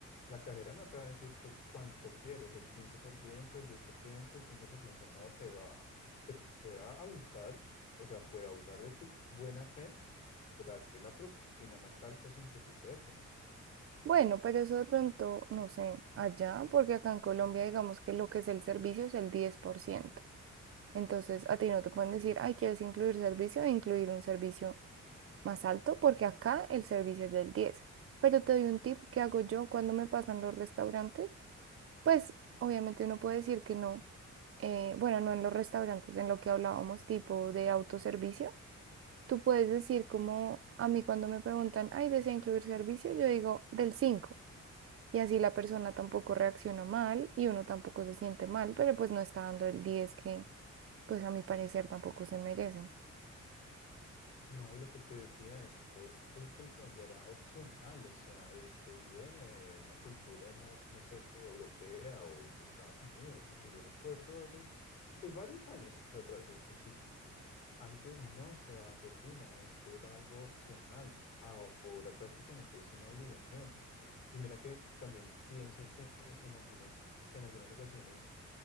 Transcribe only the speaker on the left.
la cajera no te va a decir cu- cuánto quieres, el quince por ciento el diez por ciento el cinco por ciento no te va pueda abusar, o sea, puede abusar de tu buena fe, por darte la propina más alta sin que tú sepas.
No, y lo que te decía, esto en Colombia era opcional, o sea, esto viene de una cultura más, no sé, europea o de Estados Unidos, porque yo recuerdo hace, pues, varios años atrás, eso sí. Antes no se daba propina, esto era algo opcional, ahora prácticamente es una obligación. Y mira que también pienso que en algunos, en algunas ocasiones